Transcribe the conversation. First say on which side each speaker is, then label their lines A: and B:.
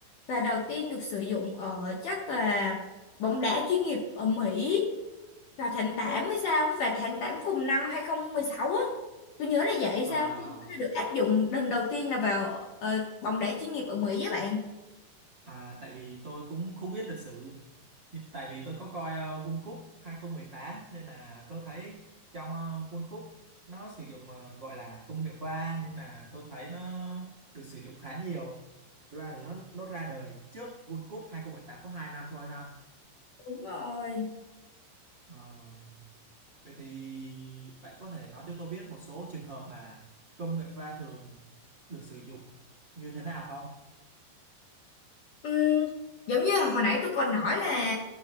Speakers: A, on the left; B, on the right.
A: và đầu tiên được sử dụng ở chắc là bóng đá chuyên nghiệp ở Mỹ và tháng 8 hay sao á, và tháng 8 cùng năm 2016 á tôi nhớ là vậy
B: À,
A: sao á, tôi nhớ là được áp dụng lần đầu tiên là vào ờ, bóng đá chuyên nghiệp ở Mỹ á bạn
B: à tại vì tôi cũng không biết lịch sử. Nhưng- Tại vì tôi có coi ờ, World Cup hai không một tám nên là tôi thấy trong uh, World Cup nó sử dụng ờ, gọi là công nghệ va nên là tôi thấy nó được sử dụng khá nhiều. Ra là nó nó ra đời trước World Cup 2018 có 2 năm thôi ha.
A: đúng rồi
B: Ờ, vậy thì bạn có thể nói cho tôi biết một số trường hợp mà công nghệ pha thường được sử dụng như thế nào không?
A: Ừm, giống như là hồi nãy tôi còn nói là